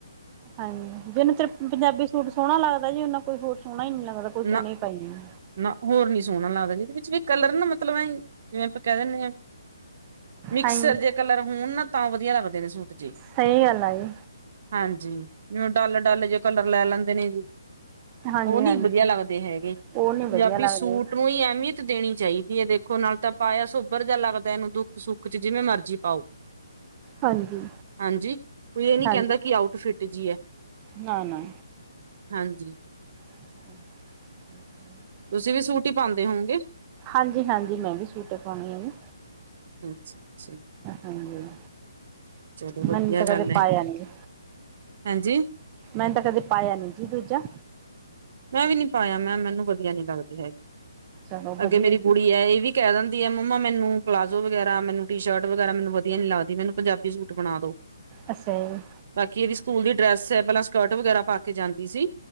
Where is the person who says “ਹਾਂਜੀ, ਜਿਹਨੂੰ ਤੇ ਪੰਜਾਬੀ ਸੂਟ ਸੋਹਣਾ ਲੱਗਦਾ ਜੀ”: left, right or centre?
Right